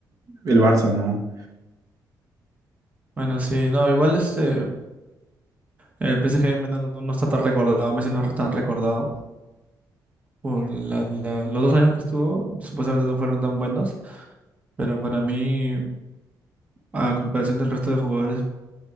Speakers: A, on the right; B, on the right.
A: el Barça, ¿no?
B: Bueno, sí, no, igual este, el PSG no, no- no está tan recordado, Messi no es tan recordado por la- la- los dos años que estuvo, supuestamente no fueron tan buenos, pero para mí, a comparación del resto de jugadores